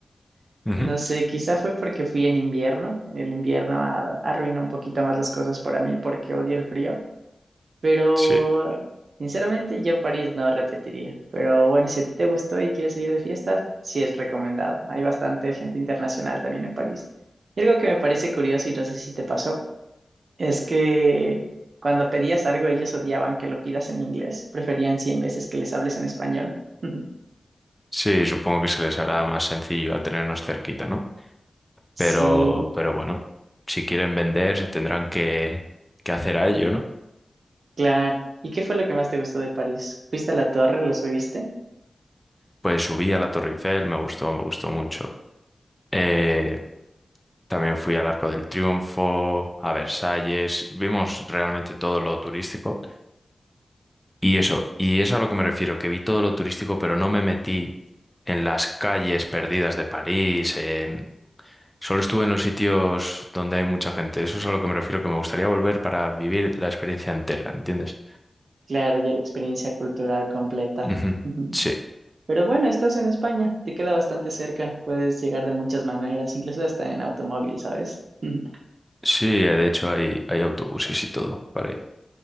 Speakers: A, in the centre; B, on the right (about 75°).
A: ujú,
B: No sé, quizá fue porque fui en invierno. El invierno a- arruinó un poquito más las cosas para mí porque odio el frío, pero
A: Sí,
B: sinceramente yo París no repetiría. Pero bueno, si a ti te gustó y quieres salir de fiesta, sí es recomendado. Hay bastante gente internacional también en París. Y algo que me parece curioso y no sé si te pasó. Es que cuando pedías algo, ellos odiaban que lo pidas en inglés. Preferían 100 veces que les hables en español. <laughs>
A: sí, supongo que se les hará más sencillo al tenernos cerquita, ¿no? Pero,
B: Sí,
A: pero bueno, si quieren vender, se tendrán que, que hacer a ello, ¿no?
B: claro. ¿Y qué fue lo que más te gustó de París? ¿Fuiste a la torre? ¿Lo subiste?
A: Pues subí a la Torre Eiffel, me gustó, me gustó mucho. Eh, también fui al Arco del Triunfo, a Versalles, vimos realmente todo lo turístico. Y eso, y es a lo que me refiero, que vi todo lo turístico, pero no me metí en las calles perdidas de París. em, solo estuve en los sitios donde hay mucha gente. Eso es a lo que me refiero, que me gustaría volver para vivir la experiencia entera, ¿entiendes?
B: Claro, ya la experiencia cultural completa.
A: Ujú,
B: <laughs> Ujú.
A: Sí.
B: Pero bueno, estás en España, te queda bastante cerca, puedes llegar de muchas maneras, incluso hasta en automóvil, ¿sabes? <laughs>
A: Sí, de hecho hay, hay autobuses y todo para ir.